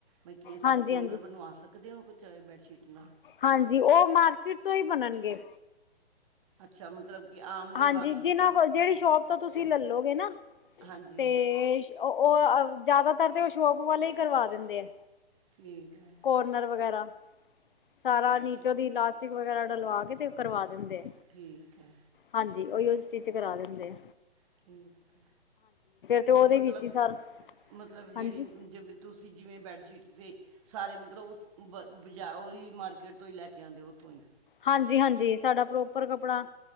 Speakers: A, on the right; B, on the left.
A: ਬਈ ਕਿ ਅਸੀਂ
B: ਹਾਂਜੀ
A: ਕੋਨਰ
B: ਹਾਂਜੀ
A: ਬਨਵਾ ਸਕਦੇ ਓ ਕੋਈ ਚਾਵੇ ਬੈਡਸ਼ੀਟ ਨਾਲ
B: ਹਾਂਜੀ ਓ ਮਾਰਕੀਟ ਤੋ ਈ ਬਨੱਨਗੇ।
A: ਅੱਛਾ, ਮਤਲਬ ਕਿ ਆਮ ਨਹੀਂ
B: ਹਾਂਜੀ
A: ਬਣ ਸਕਦੀ
B: ਜਿਨਾਂ ਕੋਲ ਜੇੜੀ ਸ਼ੋਪ ਤੋ ਤੁਸੀਂ ਲੇਲੋਗੇ ਨਾ,
A: ਹਾਂਜੀ
B: ਤੇ ਓ, ਓ ਅ ਜਿਆਦਾਤਰ ਤੇ ਓ ਸ਼ੋਪ ਵਾਲੇ ਈ ਕਰਵਾ ਦਿੰਦੇ ਐ।
A: ਠੀਕ ਐ।
B: ਕੋਰਨਰ ਵਗੈਰਾ, ਸਾਰਾ ਨੀਚੋ
A: ਠੀਕ
B: ਦੀ ਲਾਸਟਿਕ ਵਗੈਰਾ ਡਲਵਾ ਕੇ ਤੇ ਓ ਕਰਵਾ ਦਿੰਦੇ ਐ।
A: ਠੀਕ ਐ।
B: ਹਾਂਜੀ, ਓਯੋ ਸਟਿਚ ਕਰਾ ਦਿੰਦੇ ਐ।
A: ਠੀਕ ਐ
B: ਤਾਂ
A: ਓਰ
B: ਉਹਦੇ
A: ਮਤਲਬ,
B: ਵਿੱਚ ਹੀ ਸਾਰਾ
A: ਮਤਲਬ ਜੇੜੀ
B: ਹਾਂਜੀ
A: ਜੇ ਤੁਸੀ ਜਿਵੇ ਬੈਡਸ਼ੀਟ ਸੀ ਸਾਰੇ ਮਤਲਬ ਉਸ ਵ ਬਜਾ ਓਈ ਮਾਰਕੀਟ ਤੋ ਈ‌ ਲੈ ਕੇ ਆਂਦੇ ਓਥੋ ਈ।
B: ਹਾਂਜੀ-ਹਾਂਜੀ ਸਾਡਾ ਪ੍ਰੋਪਰ ਕੱਪੜਾ,